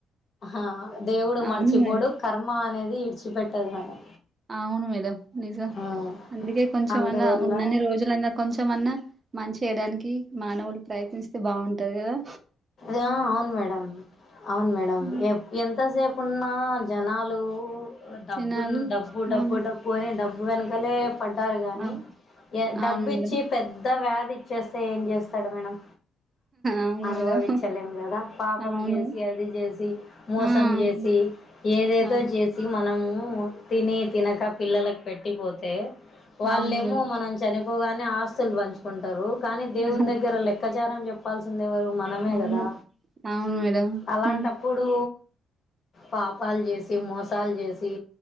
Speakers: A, on the left; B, on the right.
A: ఆ దేవుడు
B: అవును
A: మర్చిపోడు
B: మేడం.
A: కర్మ అనేది విడిచిపెట్టదు మేడం
B: అవును మేడం నిజం
A: ఆ,
B: అందుకే కొంచెం
A: అందువల్ల
B: అన్నా ఉన్నన్ని రోజులన్నా కొంచమన్నా మంచి చేయడానికి మానవులు ప్రయత్నిస్తే బాగుంటది కదా
A: అ అవును మేడం అవును మేడం
B: హ్మ్.
A: ఎ ఎంతసేపు ఉన్నా జనాలు డబ్బు
B: జనాలు
A: డబ్బు డబ్బు
B: ఆ!
A: డబ్బు పోని డబ్బు వెనకలే పడ్డారు కాని
B: అవును. అవును
A: డబ్బు
B: మేడం.
A: ఇచ్చి పెద్ద వ్యాధి ఇచ్చేస్తే ఏం చేస్తాడు మేడం
B: అవును
A: అనుభవించలేము
B: మేడం.
A: కదా పాపం
B: అవును.
A: జేసి అది జేసి మోసం
B: ఆ! అవును.
A: చేసి ఏదైద
B: అవును.
A: చేసి మనము తిని తినక పిల్లలకు పెట్టిపోతే వాళ్ళేమో
B: అవును మేడం
A: మనం చనిపోగానే ఆస్తులు పంచుకుంటరు కానీ దేవుని
B: ఆహా!
A: దగ్గర లెక్కచారం చెప్పాల్స్ కుంది ఎవరు మనమే
B: అవును
A: కదా
B: అవును మేడం
A: అలాంటప్
B: హ్మ్
A: అప్పుడు పాపాలు జేసి మోసాలు జేసి